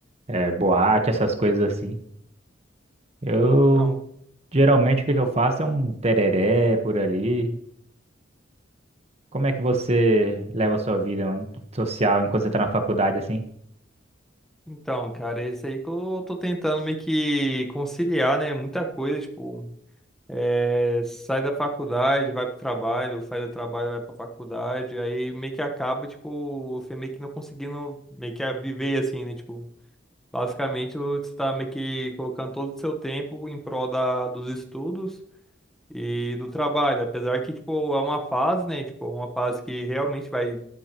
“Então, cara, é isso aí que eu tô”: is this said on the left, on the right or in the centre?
Centre